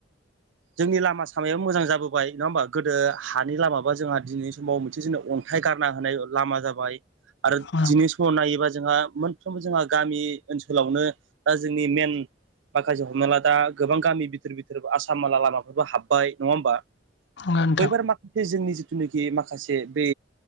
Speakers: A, on the right (about 80°); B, on the left (about 65°).
A: जोंनि लामा सामायाबो मोजां जाबोबाय नङा होमबा गोदो हानि लामाबा जोंहा दिनैनि समाव मोनसे जेननो अन्थाइ गारना होनाय लामा जाबाय आरो
B: औ
A: दिनै समाव नायोबा जोंहा मोनफ्रोमबो जोंहा गामि ओनसोलावनो दा जोंनि मेन माखासे हमना ला दा गोबां गामि बिथोर बिथोर आसाम <unintelligible> लामाफोरबो हाब्बाय नङा होमबा
B: नंगौ नोंथां
A: बैफोर माखासे जोंनि जिथुनाखि माखासे बै